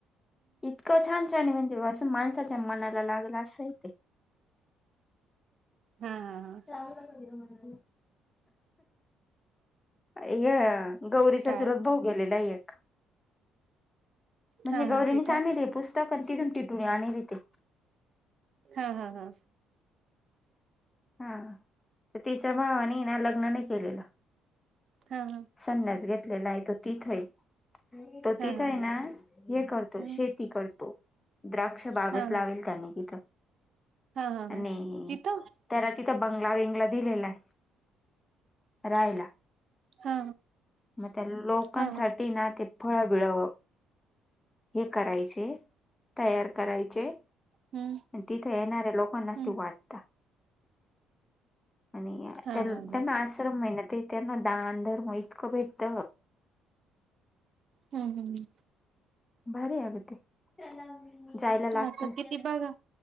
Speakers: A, on the left (about 25°); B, on the right (about 50°).
A: इतकं छान छानये म्हणजे बा असं माणसाच्या मनाला लागलं असंय ते
B: हा हा हां
A: लागलं का तुझ्या मनाला हे गौरीचा
B: काय
A: चुलत भाऊ गेलेला एक म्हणजे
B: हा
A: गौरीनीच
B: हा तिथं
A: आणिले हे पुस्त्- तक् अन् तीथुन टिटुनी आणेले ते
B: हा हा हा.
A: हा त तिच्या भावानीये ना लग्न नाही केलेलं.
B: हा हा
A: संन्यास घेतलेलाय तो तिथय. तो
B: हा
A: तिथंय
B: हा हा
A: ना हे करतो
B: हम्म
A: शेती करतो. द्राक्षं बागच
B: हा हा
A: लावेली त्याने तिथं.
B: हा हा
A: आणि
B: हा, तिथ
A: त्याला तिथं बंगला- बिंगला दिलेलाय राहायला.
B: हा
A: म त्याला लोकांसाठी
B: हा
A: ना ते फळंबिळं हे करायचे तयार करायचे
B: हम्म
A: अन् तीथं येणार्या लोकांनाच
B: हम्म
A: ते वाटता. आणि
B: हा
A: त्याल्
B: हा ह
A: त्यांना आश्रम आहे ना ते त्यांना दान धर्म इतकं भेटत
B: हम्म हम्म
A: भारी आहे अगं ते जायला लागतय
B: असं किती बघा